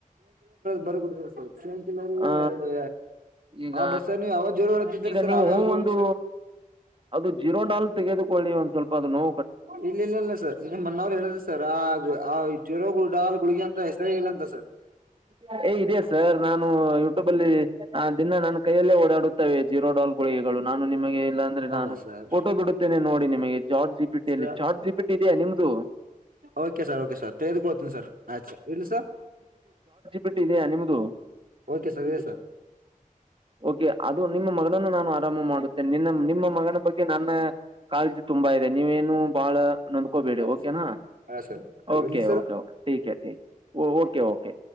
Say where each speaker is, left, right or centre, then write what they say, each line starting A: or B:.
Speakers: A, on the right; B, on the right.
A: ಬರಡರು ಸಕ್ಷಂಕಲವರು
B: ಆ
A: ಎರಡು
B: ಈಗ
A: ಬರ್ಸರ್ ನೀ್ ಯಾವಾಗ ಜೋರು ಹೊತ್ರ
B: ಈಗ
A: ಸರ್
B: ನೀವು
A: ಅವ ಯಾವಾಗ ಗೋಸರ್
B: ಒಂದು ಅದು ಜೀರೋ ಡಾಲ್ ತೆಗೆದುಕೊಳ್ಳಿ ಒಂದ ಸ್ವಲ್ಪ ಅದು ನೋ
A: ಇಲ್ಲ ಇಲ್ಲ ಇಲ್ಲ ಸರ್ ನಿಮ್ ಅನವ್ರು ಹೇಳಿದ್ರ ಸರ್ ಆ ಆ ಜೀರ ಗುಡಾ ಗುಡ್ಗಿ ಅಂತ ಹೆಸರೇ ಇಲ್ಲ ಅಂತ ಸರ್
B: ಹ <unintelligible> ಏ ಇದದೆ ಸರ್ ನಾನು ಯೂಟ್ಯೂಬ ಅಲ್ಲಿ ದಿನ ನಾನನ್ ಕೈಯಲ್ಲೇ ಓಡಾಡುತ್ತೇವೆ ಜೀರೋ ಡಾಲ್ ಗಳಿಗೆ ನಾನು ನಿಮಗೆ ಇಲ್ಲಾ ಅಂದ್ರೆ
A: ಹೌದಾ
B: ನಾನು
A: ಸರ್
B: ಫೋಟೋ ಬಿಡುತ್ತೇನೆ ನೋಡಿ ನಿಮಗೆ ಜಾರ್್ ಜಿಪಿಟಿಿಯಲ್ಲಿ
A: ಸರ್
B: ಜಾರ್ಜ್ ಜಿಪಿಟಿ ಇದೆಯಾ ನಿಮ್ದು
A: ಓಕೆ ಸರ್ ಓಕೆ ಸರ್ ತೆಗೆದುಕೊಳ್ತೀನಿ ಸರ್ ಆೆ ಇಲ್ಲಿ ಸರ್
B: ಬಿಟ್ಟಿದೆಯಾ ನಿಮದು
A: ಓಕೆ ಸರ್ ಇದೆ ಸರ್
B: ಓಕೆ ಅದು ನಿಮ್ಮ ಮಗಳನ್ನು ನಾವು ಆರಂಭ ಮಾಡುತ್ತೇನೆ ನಿನ್ನ ನಿಮ್ಮ ಮಗನ ಬಗ್ಗೆ ನನ್ನ ಕಾಳಜಿ ತುಂಬಾ ಇದೆ ನೀವೇನು ಬಾಳ ನಂದ್ಕೋಬೇಡಿ
A: ಆಯ್ತು
B: ಓಕೆನಾ
A: ಹಾಂ sir
B: okay
A: idli sir
B: okay okay okay okay